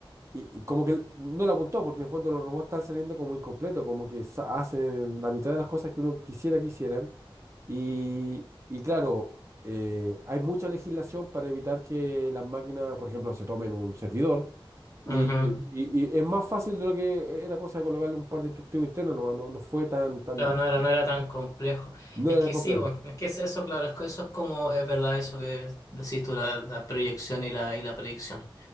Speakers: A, on the right; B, on the left.
A: y, y como que él no le apuntó, porque en el fondo los robots están saliendo como incompletos, como que sa- hacen la mitad de las cosas que uno quisiera que hicieran. Y, y claro, eh, hay mucha legislación para evitar que las máquinas, por ejemplo, se tomen un servidor y,
B: Ujú, ujú.
A: y- y es más fácil de lo que era cosa de colocarle un par de instructivos internos nomás, no, no fue tan, tan,
B: Claro,
A: di-
B: no era, no era tan complejo.
A: no
B: Es
A: era
B: que
A: tan complejo.
B: sí, bueno, es que es eso, claro, es que eso es como, es verdad eso que decís tú, la, la proyección y la, y la predicción.